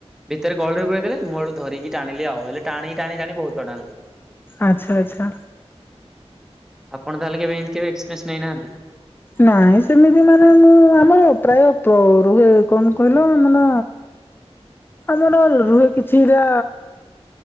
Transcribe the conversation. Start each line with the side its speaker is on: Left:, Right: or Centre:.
Centre: ଭିତରେ ଗହଳିରେ ପଳେଇ ଦେଲେ ମୁଁ ଧରିକି ଟାଣିଲି ଆଉ ହେଲେ ଟାଣି ଟାଣି ଟାଣି ବହୁତ ଥର ଟାଣିଲି।
Left: ଆଚ୍ଛା ଆଚ୍ଛା।
Centre: ଆପଣ ତାହେଲେ କେବେ ଏମିତି କେବେ ଏକ୍ପରିନ୍ସ ନେଇନାହାନ୍ତି?
Left: ନାଇଁ ସେମିତି ମାନେ ମୁଁ ଆମର ପ୍ରାୟ ରୁହେ କଣ କହିଲ ମାନେ ଆମର ରୁହେ କିଛିଟା